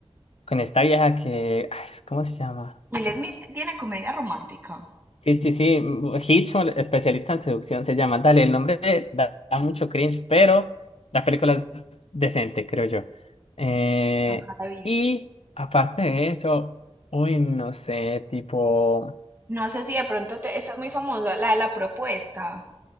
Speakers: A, on the left; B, on the right.
A: con esta vieja que, ay, ¿cómo se llama?
B: Will Smith tiene comedia romántica.
A: Sí, sí, sí. mm, Hitch, un especialista en seducción, se llama. Dale, el nombre da, da mucho cringe, pero la película es decente, creo yo. Eh,
B: Nunca la he visto.
A: y aparte de eso, uy, no sé, tipo.
B: No sé si de pronto te, esta es muy famosa, la de la propuesta.